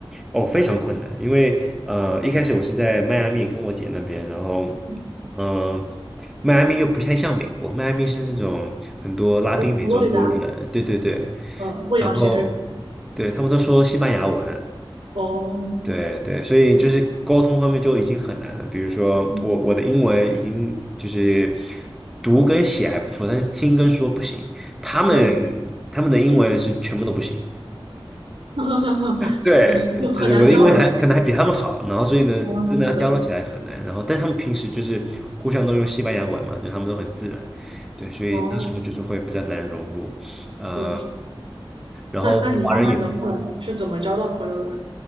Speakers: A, in the centre; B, on the right (about 70°).
A: 哦，非常困难，因为呃，一开始我是在迈阿密跟我姐那边，然后，
B: 嗯，
A: 嗯、迈阿密又不太像美国，迈阿密是那种很多拉丁美洲人，
B: 佛佛罗里达，
A: 对对对，
B: 呃，未养闲人。
A: 然后对他们都说西班牙文，
B: 哦，
A: 对对，所以就是沟通方面就已经很难了。比如说我我的英文已经就是
B: 嗯，
A: 读跟写还不错，但是听跟说不行，他们
B: 对对，
A: 他们的英文是全部都不行。
B: <laughs>
A: 对，
B: 是的，是的，很难交流。
A: 就是我的英文还可能还比他们好，然后所以呢，
B: 哦，
A: 真的要交流起来很难。
B: 是的，
A: 然后，但他们平时就是互相都用西班牙文嘛，就他们都很自然，对，所以那时候就是会比较难融入。
B: 哦，
A: 嗯，
B: 是的，是的。
A: 然后华人也不多，
B: 那那你慢慢的后来是怎么交到朋友的呢？